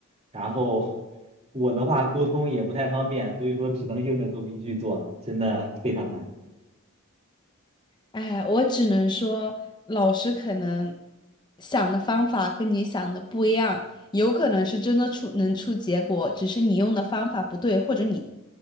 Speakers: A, on the right; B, on the left.
A: 然后我的话沟通也不太方便，所以说只能硬着头皮去做，真的非常难。
B: 哎，我只能说，老师可能想的方法跟你想的不一样，有可能是真的出能出结果，只是你用的方法不对，或者你